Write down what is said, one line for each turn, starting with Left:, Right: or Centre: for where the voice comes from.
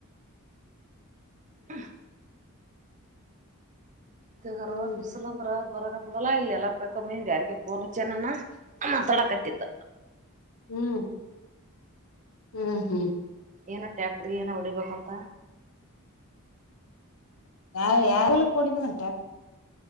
Right: ಹ್ಮ್ ದ ಹರಾ
Left: ಹ್ಮ್
Right: ಬಿಸಿಲಂದ್ರ ಬರಕತ್ತದಲ್ಲಾ ಇಲ್ಲ ಎಲ್ಲ ಪಕ ಮನ್ ಯಾರಿಗೆ ಪೋನ ಚೆನನ್ನ ಮಾತಾಡಕತ್ತಿದ್ದ
Left: ಹ್ಮ್ ಹ್ಮ್ ಹ್ಮ್
Right: ಏನೋ ಟ್ಯಾಕ್ಟ್ರಗೆ ಏನೋ ಹೊಡಿಬೇಕಂತ
Left: ಯಾವ ಯಾವೆಲ್ಲ ಕೊಡಿದಂಟ